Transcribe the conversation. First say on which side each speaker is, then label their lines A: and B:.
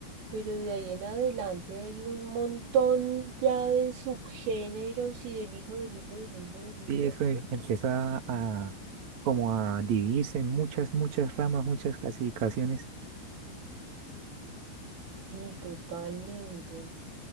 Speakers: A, on the right; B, on the right.
A: Pero de ahí en adelante hay un montón ya de subgéneros y del hijo, del hijo, del hijo, del hijo.
B: sí, eso em- empieza a como a dividirse en muchas, muchas ramas, muchas clasificaciones.
A: Sí, totalmente.